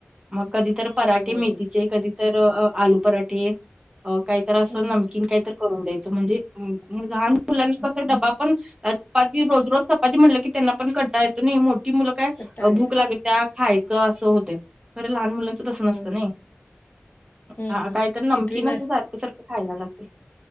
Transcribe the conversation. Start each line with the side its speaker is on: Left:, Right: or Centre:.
Right: मग कधी तर पराठे
Left: होय होय
Right: मेथीचे
Left: होय
Right: कधी तर अ आलू पराठे. अ काहीतर असं
Left: हम्म
Right: नमकीन
Left: हम्म
Right: काहीत करून द्यायचं म्हणजे म लहान मुलांचा डबा पण अ पाती रोज रोज चपाती म्हटलं की त्यांना पण कं टाळा येतो नाही मोठी मुलं काय
Left: कंटाळा येतो
Right: भूक लागत्या खायचं असं होतय तरे लहान मुला त नसतं
Left: होय
Right: नाही
Left: हम्म
Right: हा
Left: हम्म
Right: काहीतर नमकीनच
Left: कितवी नर्स
Right: सारखं-सारखं खायला लागते.